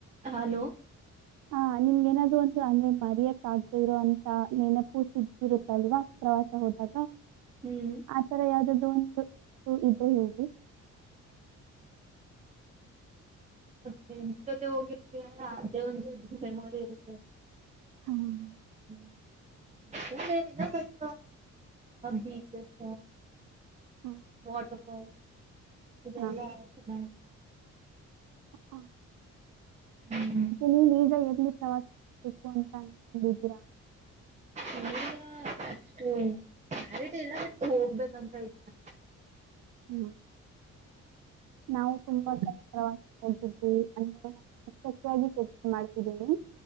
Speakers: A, on the right (about 25°); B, on the right (about 85°).
A: ಹಲೋ.
B: ಹಾ ನಿಮಗೇನಾದ್ರೂ ಒಂತ ಅಂದ್ರೆ ಮರಿಯಕ್ ಆದೆ ಇರೋ ಅಂತ ನೆನಪು ಸಿಗ್ಗಿರುತ್ತಲ್ವಾ. ಪ್ರವಾಸ ಹೋದಾಗ
A: ಹ್ಮ್
B: ಆತರ ಯಾವ್ದ್ದು ಒಂದು ಇದ್ದೇ ಹೇಳಿ. <unintelligible>
A: ಫ್ರೆಂಡ್ಸ್ ಜೊತೆ ಹೋಗಿರ್ತ ಅದೇ ಒಂದ್ ದೊಡ್ಡ ಮೆಮೊರಿ ಇರುತ್ತೆ.
B: ಹ್ಮ್.
A: ಹ್ಮ- ಅಂಥದ್ದೇನಿಲ್ಲ ಬಟ್ ಬೀಚಸ್.
B: ಹಾ-
A: ವಾಟರ್ಫಾಲ್ಸ್ ಇದೆಲ್ಲಾ
B: ಹಾ.
A: ಚೆನ್ನಾಗಿ.
B: ಹ ಹ-
A: ಹ್ಮ್್ಮ-
B: ನೀವು ಈಗ ಎಗ್ಲಿ ಪ್ರವಾಸ ಮಾಡಬೇಕು ಅಂತ ಅಂದಿದ್ದೀರಾ.
A: ಈಗ ಅಷ್ಟು ಕ್ಲಾರಿಟಿ ಇಲ್ಲ ಬಟ್ ಹೋಗ್ಬೇಕಂತ ಇದೀವಿ.
B: ಹ್ಮ್. ನಾವು ತುಂಬಾ ಸಲೇ ಪ್ರವಾಸಕ್ಕೆ ಹೋಗಿದ್ದೀವಿ ಅಂದ್ರೆ <unintelligible> ಮಾಡ್ತಿದ್ದೀನಿ.